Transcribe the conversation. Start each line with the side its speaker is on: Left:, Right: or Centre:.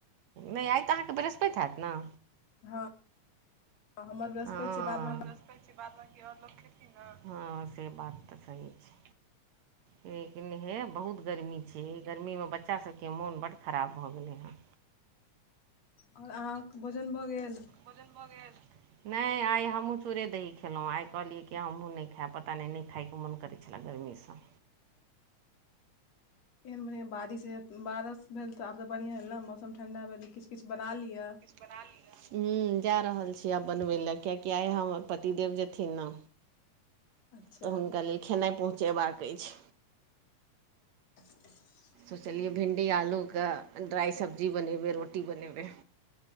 Right: नहि आइ तऽ अहाँकेँ बृहस्पति हैत ने।
Left: हँ, हमर बृहस्पति
Right: हँ
Left: छी बाद।
Right: हँ, से बात तऽ सही छै। लेकिन हे बहुत गर्मी छै। गर्मीमे बच्चा सभके मोन बड्ड खराब भऽ गेलै हँ।
Left: आओर अहाँकेँ भोजन भऽ गेल।
Right: भोजन भऽ गेल? नहि आई हमहूँ चूरे दही खेलो आई कहलिये क हमू नहि खाय पता नहि नहि खाय के मोन करे। छलला गरमीसँ
Left: केहन बढ़िआँ बारिश बारिश भेल तऽ आब तऽ बढ़िआँ भेल ने मौसम ठण्डा भेल तऽ किछु किछु बना लिअ
Right: बना लिआ। हू, जा रहल छियै आब बनबय लए कियकि आइ हमर पतिदेव जेथिन ने।
Left: अच्छा
Right: तऽ हुनका लेल खेनाइ पहुँचे बाक अछि।
Left: <inaudible>
Right: त चलि भिण्डी आलू कऽ ड्राइ सब्जी बनेबै रोटी बनेबै